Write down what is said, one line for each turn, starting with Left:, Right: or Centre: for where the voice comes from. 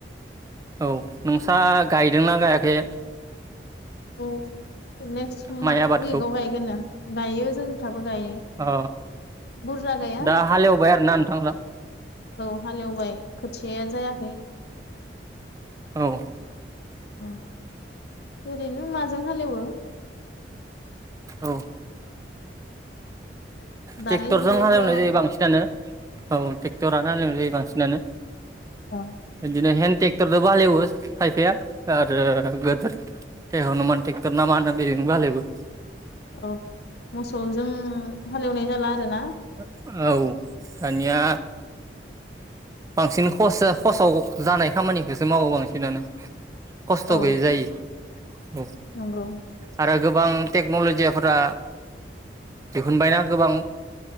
Right: औ नोंसा गायदोंना गायाखै?
Left: औ। नेक्स्ट
Right: माइ
Left: मा
Right: आबादखौ
Left: उइकआव गायगोननो गायो जोंफ्राबो गायो।
Right: अ
Left: बुरजा गाया।
Right: दा हालेवबाय आरोना नोंथांला
Left: औ हालेवबाय। खोथियाया जायाखै
Right: औ।
Left: औ। ओरैनो माजों हालेवो?
Right: औ।
Left: दानि
Right: ट्रेक्टरजों
Left: जुगावथ'
Right: हालेवनाय
Left: औ
Right: जायो बांसिनानो। औ टेक्टरानो हालेवनाय जायो बांस नानो।
Left: औ
Right: बिदिनो हेल्प ट्रेक्टरदोबो हालेवयो खायफाया आरो गोदोर हुनुमान ट्रेक्टर ना मा होनो बेजोंबो हालेवयो।
Left: औ। मोसौजों हालेवनाय जाला आरो ना।
Right: औ दानिया बांसिन खस खसाव जानाय खामानिखौसो मावो बांसिनानो। खस्थ'
Left: औ
Right: गैयै जायो। औ
Left: नंगौ
Right: आरो गो गोबां टेक्न'लजियाफोरा दिहुनबायना गोबां